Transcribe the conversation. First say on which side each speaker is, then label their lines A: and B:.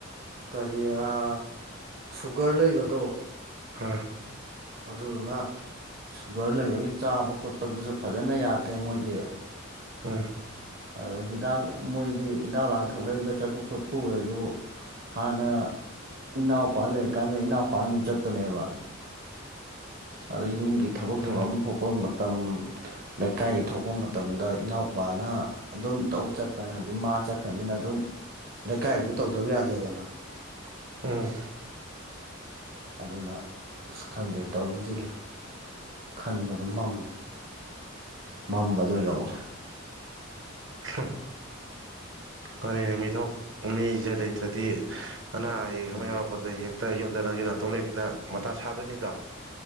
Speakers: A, on the right; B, on the right.
A: ꯀꯔꯤ ꯑꯥ ꯁꯨꯒꯔ ꯂꯩꯕꯗꯣ
B: ꯍꯥ
A: ꯑꯗꯨꯗꯨꯅ ꯁꯨꯒꯔ ꯂꯩꯕꯒꯤ ꯆꯥꯕ ꯈꯣꯠꯄꯗꯨꯁꯨ ꯐꯖꯅ ꯌꯥꯗꯦ ꯃꯣꯏꯗꯤ
B: ꯎꯝ
A: ꯑꯗ ꯍꯤꯗꯥꯛ ꯃꯣꯏꯗꯤ ꯍꯤꯗꯥꯛ ꯂꯥꯡꯊꯛ ꯂꯩꯕ ꯆꯠꯄ ꯈꯣꯠꯄ ꯑꯣꯏꯔꫭ ꯍꯥꯟꯅ ꯏꯅꯥꯎꯄꯥ ꯂꯩꯔꯀꯥꯟꯗ ꯏꯅꯥꯎꯄꯥ ꯑꯗꯨꯝ ꯆꯠꯄꯅꯦꯕ ꯑꯗꯩ ꯌꯨꯝꯒꯤ ꯊꯕꯛ ꯊꯧꯔꯝ
B: ꯎꯝ
A: ꯊꯣꯛꯄꯥ ꯃꯇꯝ ꯂꯩꯀꯥꯏꯒꯤ ꯊꯣꯛꯄ ꯃꯇꯝꯗ ꯏꯅꯥꯎꯄꯥꯅ ꯑꯗꯨꯝ ꯇꯧ ꯆꯠꯄꯅꯦ ꯍꯧꯖꯤꯛ ꯃꯥ ꯆꯠꯈ꯭ꯔꯃꯤꯅ ꯑꯗꯨꯝ ꯂꯩꯀꯥꯏꯁꯨ ꯇꯧꯗꯕ ꯌꯥꯗꯦꯗꯅ
B: ꯎꯝ
A: ꯑꯗꯨꯅ ꯑꯁ ꯈꯪꯗꯦ ꯇꯧꯔꯤꯁꯦ ꯂꯨꯏ ꯈꯟꯕꯗ ꯃꯝꯃꯦ ꯃꯝꯕꯗꯣ ꯌꯧꯔꯦ
B: ꯎꯝ ꯍꯣꯏꯅꯦ ꯃꯤꯊꯣꯛ ꯃꯤꯁꯦ ꯂꯩꯇ꯭ꯔꯗꯤ ꯑꯅꯥ ꯑꯌꯦꯛ
A: ꯎꯝ
B: ꯑꯃꯥ ꯌꯥꯎꯔꯛꯄꯗ ꯍꯦꯛ ꯑ <unintelligible> ꯌꯨꯝꯗ ꯅꯪꯖꯨ ꯅꯥꯇꫭꯝ ꯂꯩꯃꯤꯅ ꯃꯊꯥ ꯁꯥꯗꯣꯏꯅꯤꯗꯣ